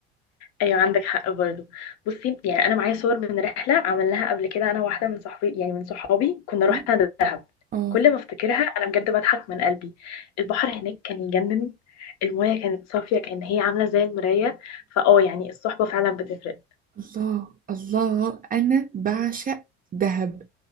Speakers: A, on the left; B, on the right.
A: ايوه عندك حق برضو بصي يعني انا معايا صور من رحله عملناها قبل كده انا واحده من صحابي يعني من صحابي كنا رحنا
B: اه
A: دهب
B: آه.
A: كل ما افتكرها انا بجد بضحك من قلبي البحر هناك كان يجنن المايه كانت صافيه كان هي عامله زي المرايه فاه يعني الصحبه فعلا بتفرق
B: الله الله انا بعشق دهب